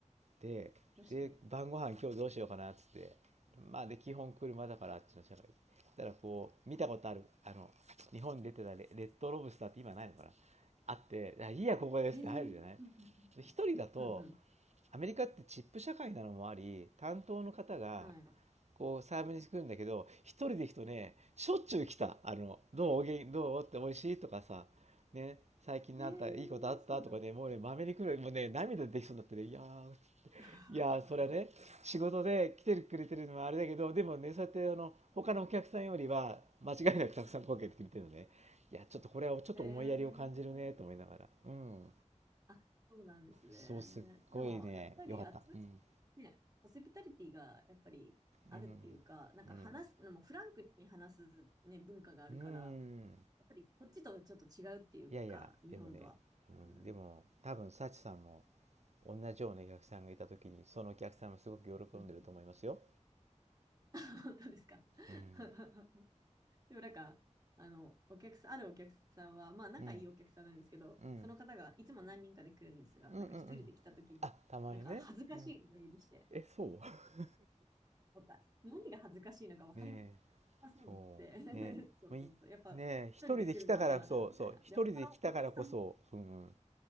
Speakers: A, on the right; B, on the right.
A: でで晩ご飯今日どうしようかなっつって
B: 確かに。
A: まあで基本車だからあっちの社会でだからこう見たことあるあの日本に出てたレレッドロブスターって今ないのかなあって「いいやここです」って入るじゃない
B: へえ、うんうんうん。
A: 一人だと
B: うんうん。
A: アメリカってチップ社会なのもあり担当の方が
B: は
A: こうサーブに来るんだけど一人で行くとねしょっちゅう来た「あのどうおげんどう?」って「おいしい?」とかさね最近なんかいいことあったとかねもうねまめに来るもうね涙出てきそうになってねいやー
B: い。へえ、そうなの。<laughs>
A: いやーそれはね仕事で来てくれてるのはあれだけどでもねそうやってあの他のお客さんよりは間違いなくたくさん声かけてくれてるのねいやちょっとこれはちょっと思いやりを感じるねと思いながらうん
B: へえ。あ、そうなんですね。
A: そうすっごいねよかったうん
B: でも、やっぱりあっちの人ね、ホスピタリティがやっぱりあるっていうか、
A: うん
B: なんか話すのもフランクに話す、
A: うん
B: ね、文化があるから、
A: うん
B: やっぱりこっちとちょっと違うっていうか、
A: いやいやでもね、
B: 日本とは。
A: うん、
B: うん。
A: でも多分幸さんも同じようなお客さんがいた時にそのお客さんもすごく喜んでると思いますよ
B: うん、うん <laughs> 本当ですか。<laughs>
A: うん
B: でもなんか、あの、お客さん、あるお客さんは、まあ仲いいお客さんなんですけど、
A: うんうん
B: その方がいつも何人かで来るんですが、
A: うんうんうん
B: なんか一人で来た時なんか恥ずかしいとか言いまして、
A: あたまにねうんえ、そう <laughs>
B: 思った何が恥ずかしいのか分かり
A: ねえ、
B: ませんって。
A: そう、
B: <laughs>
A: ねえ、
B: そうそうそう。
A: もういね
B: やっぱ一人で来るのは嫌だな、
A: え、一人で来たから、そうそう、
B: みたいな。
A: 一人で来たからこそ、
B: で、他のお客さんも、
A: その、